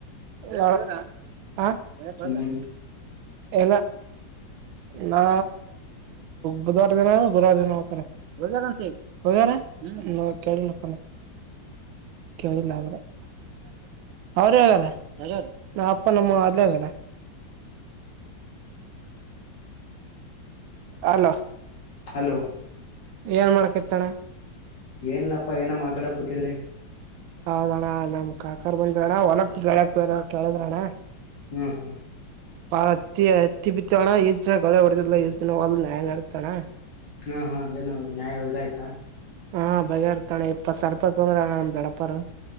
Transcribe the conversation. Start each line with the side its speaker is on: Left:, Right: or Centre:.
Right: ಯ ಹ.
Left: ಹ್ಮ್
Right: ಎಲ್ಲ ನಾ ಬುಧವಾರ ದಿನ ಗುರುವಾರ ದಿನ ಹತರ ಹೋಗ ಅಂತ ಹಗ ಕೇಳಿಲ್ಲಪ್ಪ ೇಳಿಲ್ಲ್ರ ಅವ್ರ ಅಪ್ಪ ನಮ್ಮ ಅದಲೇ ಆಗಾರ ಅಲೋ
Left: ಹಲೋ
Right: ಏನ್ ಮಾಡ್ಕತ್ತಳ
Left: ಏನ್ಲಪ್ಪ ಏನೋ ಮಾತಾಕ್ ಕೂತಿದ್ರಿ
Right: ಹೌದಣ್ಣ ನಮ್ ಕಾಕರ್ ಬಂದ್ರ ಅಣ್ಣ ಒಲಕ್ ಳಕ್ ಬನ ಕೇಳಿದ್ರಣ್ಣ
Left: ಹ್ಮ್ ಹ್ಮ
Right: ಪಾ ಅತ್ತಿ ಹತ್ತಿ ಬಿತ್ತವಣ್ಣ ಈಷ್ಟ್ ದಿನ ಗಳ ಹೊಡೆದಿಲ್ಲಾ ಈಷ್ಟ್ ದಿನ ಹೋಗಲ್ನ್ಾಯ ನಡತಾನಣ
Left: ಹಾಂ ಹಾಂ ಏನು ನ್ಯಾಯ ಇದ ಆಯ್ತಾ
Right: ಹಾ ಬಗೆರ್ತಾನೆ ಇಪ್ಪತ್ ಸರ್ಪ ತೋಂದ್ರ ನಮ್ದ ದಡಪರು